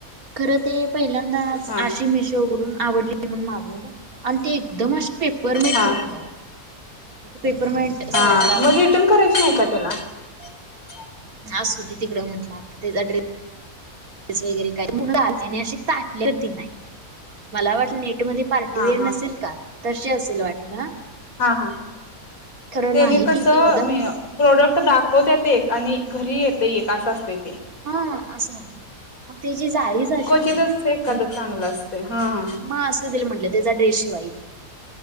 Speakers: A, on the right; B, on the left.
A: खर ते पहिल्यांदा.
B: हा
A: आशी मिशो उघडून आवडली म्हणून मागवलं आणि ते एकदम असशी पेपरमेट
B: हा
A: निघली आओ. पेपरमेंट
B: हा
A: साडया मला आ
B: मग रिटर्न करायची नाही का त्याला? <unintelligible>
A: असुदे तिकडे म्हटलं तेजा ड्रेट ता नाही मला वाटल नेटमध्ये. पार्टीवेअर
B: हा हा
A: नसेल का? तशी असल वाटलं.
B: हा हा,
A: खरं
B: तेनी
A: नाही
B: कसं
A: ती एकदम
B: मे प्रोडक्ट दाखवतत एक आणि घरी येत एक असं असत ते.
A: हा अस मग तेजी जाळीच अशी
B: क्वचितच
A: पूर्ण हाय,
B: एखादं
A: मग
B: चांगलं असतंय हा हा
A: मग असू दे म्हणलं. चा ड्रेस शिवाईल